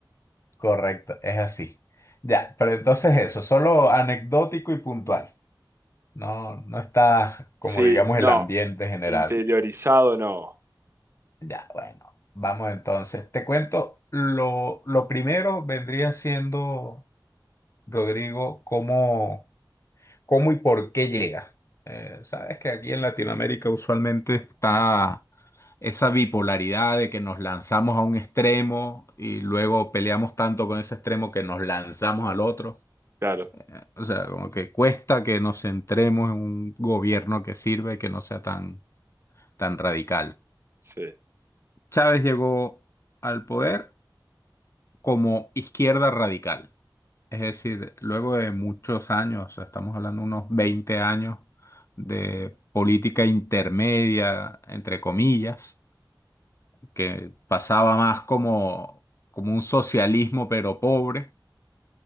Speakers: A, on the left; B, on the right.
A: Correcto, es así. Ya, pero entonces eso, solo anecdótico y puntual. No, no está como
B: Sí,
A: digamos
B: no,
A: el ambiente general.
B: interiorizado no.
A: Ya, bueno, vamos entonces. Te cuento, lo, lo primero vendría siendo, Rodrigo, cómo, cómo y por qué llega. Eh, sabes que aquí en Latinoamérica usualmente está esa bipolaridad de que nos lanzamos a un extremo y luego peleamos tanto con ese extremo que nos lanzamos al otro.
B: Claro,
A: Eh, O sea, como que cuesta que nos centremos en un gobierno que sirve, que no sea tan, tan radical.
B: sí. Él
A: Chávez llegó al poder como izquierda radical. Es decir, luego de muchos años, o sea, estamos hablando de unos 20 años de política intermedia, entre comillas, que pasaba más como, como un socialismo pero pobre,